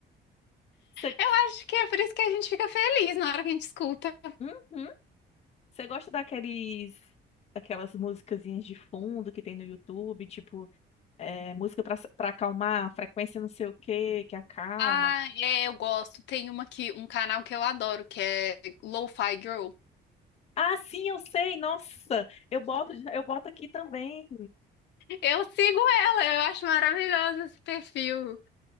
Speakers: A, on the left (about 35°); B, on the left (about 75°).
A: Você,
B: Eu acho que é por isso que a gente fica feliz na hora que a gente escuta.
A: uhum. Você gosta daqueles, daquelas musicazinhas de fundo que tem no YouTube, tipo, é, música para para acalmar, frequência não sei o quê, que acalma.
B: Ah, é, eu gosto. Tem uma que, um canal que eu adoro, que é Lo-Fi Girl.
A: Ah, sim, eu sei. Nossa, eu boto, eu boto aqui também.
B: Eu sigo ela, eu acho maravilhoso esse perfil.